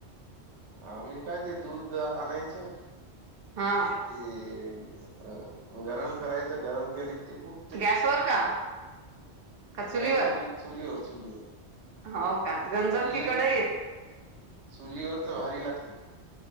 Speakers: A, on the right; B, on the right.
A: आम्ही काय ते दूध आणायचं.
B: हा.
A: ते.. गरम करायचं गरम केले, की ते फूट
B: गॅसवर का. का चुलीवर
A: नाही चुली चुलीवर चुलीवर.
B: हो का, गंजती
A: चुलीवर
B: कडईत.
A: चुलीवरच भारी लागते.